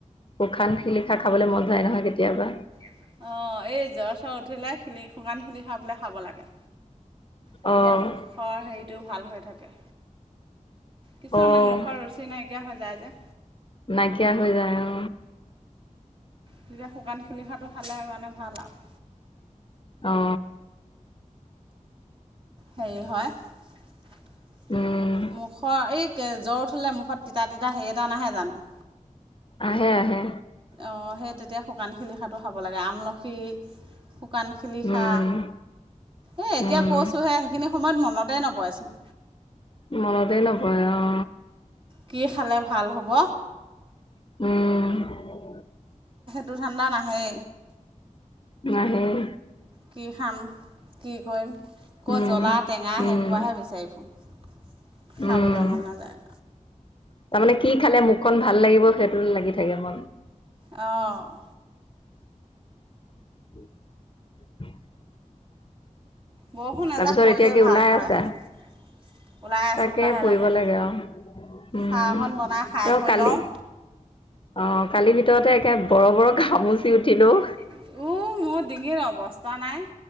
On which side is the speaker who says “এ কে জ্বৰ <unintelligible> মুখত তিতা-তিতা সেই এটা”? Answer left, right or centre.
Right